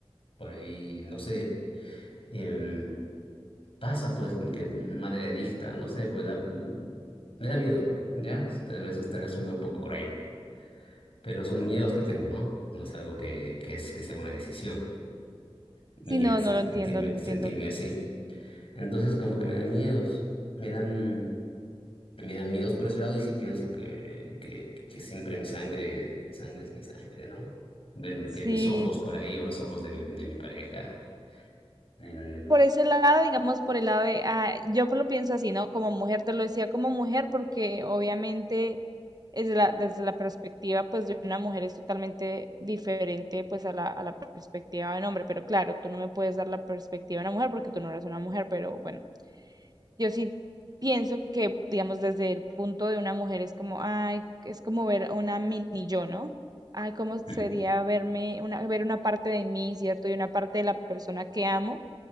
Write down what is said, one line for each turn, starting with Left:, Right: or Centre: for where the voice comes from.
Left: por ahí, no sé, em, pasa pues que madre adicta, no sé, pues da- me da miedo, ¿ya? A veces tal vez uno un poco cruel. Pero son miedos que tengo, ¿no? No es algo que, que es que sea una decisión mía
Right: Sí, no,
Left: se-
Right: no lo entiendo,
Left: sentirme,
Right: lo entiendo.
Left: sentirme así. Entonces como que me dan miedos, me dan, me dan miedos por ese lado y sí pienso que, que, que siempre mi sangre, mi sangre es mi sangre, ¿no? Ver, ver
Right: Sí,
Left: mis ojos por ahí o los ojos de mi, de mi pareja. en- en-
Right: por ese lado, digamos, por el lado de, ah, yo lo pienso así, ¿no? Como mujer, te lo decía como mujer, porque obviamente desde la, desde la perspectiva, pues, de una mujer es totalmente diferente, pues, a la, a la perspectiva de un hombre. Pero claro, tú no me puedes dar la perspectiva de una mujer porque tú no eres una mujer, pero bueno, yo sí pienso que, digamos, desde el punto de una mujer es como, ay, es como ver a una mini yo, ¿no? Ay, cómo sería
Left: Mm.
Right: verme, una, ver una parte de mí, ¿cierto? Y una parte de la persona que amo